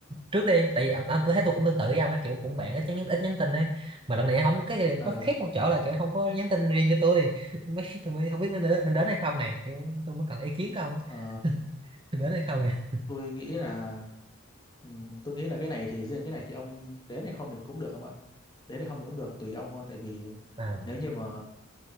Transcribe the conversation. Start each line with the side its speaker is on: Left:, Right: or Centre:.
Right: trước đi tại vì ông, ông tôi thấy tôi cũng tương tự với ông ấy kiểu cũng bạn ít nhắn ít nhắn tin ấy mà lần này không cái điều
Left: ờ
Right: có khác một chỗ là kiểu không có nhắn tin riêng cho tôi <laughs> mấy tôi mới không biết nên đến, nên đến hay không này kiểu tôi mới cần ý kiến của ông á.
Left: ờ,
Right: nên đến hay không nha
Left: tôi nghĩ là ừm, tôi nghĩ là cái này thì riêng cái này thì ông đến hay không thì cũng được không ạ đến hay không thì cũng được tùy ông thôi tại vì
Right: à
Left: nếu như mà